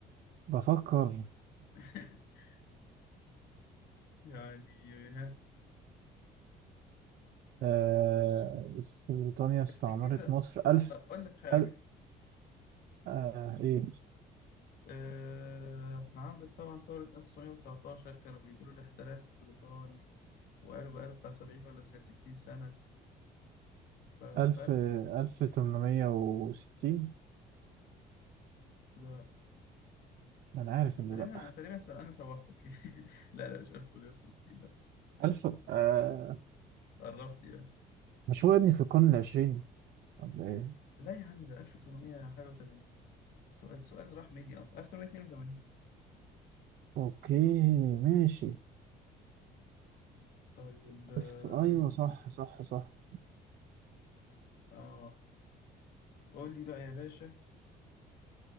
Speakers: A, on the right (about 65°); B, on the left (about 70°).
A: بفكر
B: <laughs> يعني ها
A: آه بريطانيا استعمرت
B: افتكر
A: مصر ألف
B: أقول لك حاجة
A: أل آه إيه
B: آه، إحنا عندك طبعا ثورة 1919 كانوا بيقولوا الاحتلال البريطاني وقالوا بقاله بتاع 70 ولا 60 سنة ف... ف...
A: ألف ألف تمنمية وستين
B: لا
A: أنا عارف
B: أنا
A: إنه
B: تقريبا
A: لأ
B: أنا تقريبا س- أنا سوحتك <laughs> لا لا مش 1860 لا
A: ألف آه
B: قربت يعني
A: مش هو يا ابني في القرن العشرين ولا إيه؟
B: لا يا عم ده 1800 حاجة و80 السؤال السؤال راح مني أصلا 1882
A: أوكي ماشي
B: طيب آه،
A: ألف أيوه
B: عايز
A: صح صح صح
B: آه قول لي بقى يا باشا